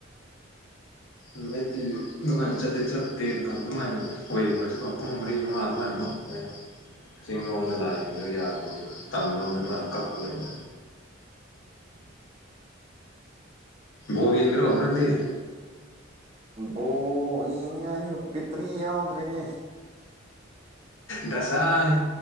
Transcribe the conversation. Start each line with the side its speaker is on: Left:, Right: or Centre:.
Left: ꯅꯨꯃꯤꯠꯇꯤ ꯑꯗꯨꯃꯥꯏꯅ ꯆꯠꯇꯤ ꯆꯠꯇꯦ ꯅꯍꯥꯟ ꯑꯗꯨꯃꯥꯏꯅ ꯑꯣꯏ ꯌꯦꯡꯉꯁꯦ ꯄꯨꯡ ꯃꯔꯤ ꯃꯉꯥ ꯑꯗꯨꯃꯥꯏꯅ ꯃꯨꯠꯂꯦ
Right: INAUDIBLE
Left: ꯆꯤꯡ ꯂꯣꯝꯗ ꯂꯥꯛꯏꯝꯅꯤꯅ ꯌꯥꯗꯦ ꯑꯗꯨꯒ ꯇꯝꯂꯣꯝꯗ ꯀꯛꯂꯨꯔꯅꯤ
Right: ꯎꯪ
Left: UNINTELLIGIBLE
Right: ꯕꯣꯜ ꯌꯦꯡꯅꯤꯡꯉꯥꯏꯖꯨ ꯕꯤꯠꯇ꯭ꯔꯤ ꯌꯥꯎꯗ꯭ꯔꯤꯅꯦ
Left: ꯗꯁꯥꯅꯤ